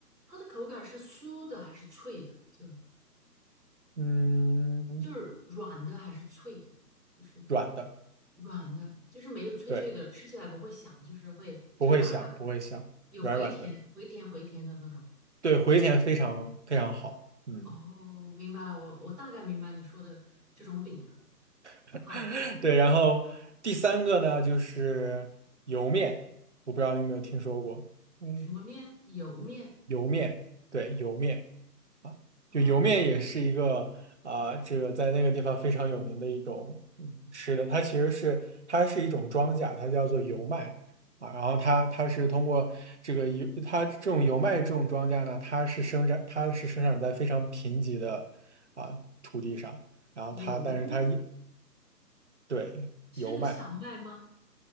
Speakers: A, in the centre; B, on the right.
A: 它的口感是酥的还是脆的？就是
B: 嗯，
A: 就是软的还是脆的？就是。
B: 软的。
A: 软的，就是没有脆脆的，
B: 对。
A: 吃起来不会响，就是会就是软软的，
B: 不会响，不会响，
A: 有回甜回甜回甜的那种。
B: 软软的，对，回填非常非常好，嗯，
A: 哦，明白了，我我大概明白你说的这种饼了。
B: <laughs>
A: 好，
B: 对。然后第三个呢，就是油面，我不知道你有没有听说过，嗯，
A: 什么面？油面
B: 油面，对，油面。啊，
A: 啊，
B: 就油面也是一个啊、这个在那个地方非常有名的一种嗯吃的，它其实是它是一种庄稼，它叫做油麦啊。然后它它是通过这个油，它这种油麦这种庄稼呢，它是生长它是生长在非常贫瘠的啊、土地上，然后它但是它也
A: 油面
B: 对油麦。
A: 是个小麦吗？